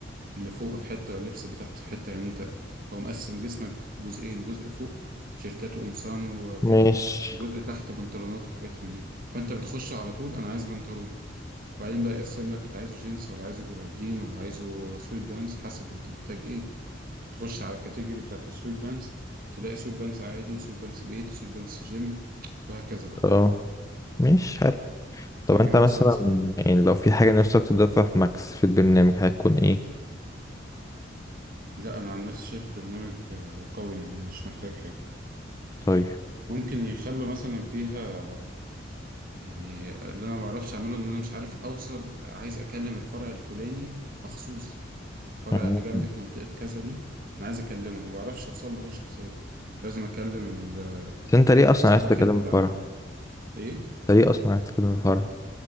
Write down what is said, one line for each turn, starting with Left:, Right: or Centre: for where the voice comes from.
Right: اللي فوق في حتة واللبس اللي تحت في حتة يعني انت هو مقسم جسمك جزئين جزء فوق تيشيرتات وقمصان وكده
Left: مش
Right: وجزء تحت بنطلونات وحاجات من دي فانت بتخش على طول انا عايز بنطلون وبعدين بقى يقسم لك انت عايزه جينز ولا عايزه جبردين ولا عايزه سويت بانز حسب انت محتاج ايه تخش على الكاتيجوري بتاعت السويت بانز تلاقي سويت بانز عادي وسويت بانز بيت وسويت بانز جيم وهكذا بقى
Left: اه مش حلو طب
Right: تجربة
Left: انت مثلا
Right: سلسة جوه يعني.
Left: يعني لو في حاجه نفسك تضيفها في ماكس في البرنامج هتكون ايه
Right: لا انا عن نفسي شايف برنامج آه، قوي يعني مش محتاج حاجه
Left: طيب
Right: ممكن يخلوا مثلا فيها يعني اللي انا ما بعرفش اعمله ان انا مش عارف اوصل عايز اكلم الفرع الفلاني مخصوص الفرع
Left: مم.
Right: اللي جنبي في منطقه كذا دي انا عايز اكلمه ما بعرفش اوصل له هو شخصيا لازم اكلم ال-
Left: بس انت ليه
Right: الخط
Left: اصلا
Right: الساخن
Left: عايز تكلم
Right: بتاع
Left: الفرع
Right: ال... ايه
Left: انت ليه اصلا عايز تكلم الفرع